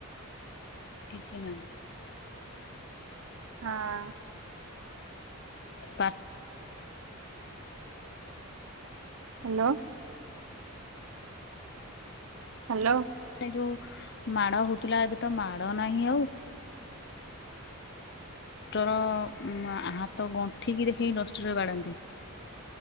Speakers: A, on the left (about 50°); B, on the right (about 70°).
A: କିଛି ନାହିଁ
B: ହଁ
A: ପାଟ
B: ହାଲୋ ହାଲୋ
A: ଆଗେ ଯୋଉ ମାଡ ହଉଥିଲା ଏବେ ତ ମାଡ଼ ନାହିଁ ଆଉ ତୋର ମା ହାତ ଗଣ୍ଠିକି ଦେଖିକି ଡଷ୍ଟରରେ ବାଡ଼ାନ୍ତି।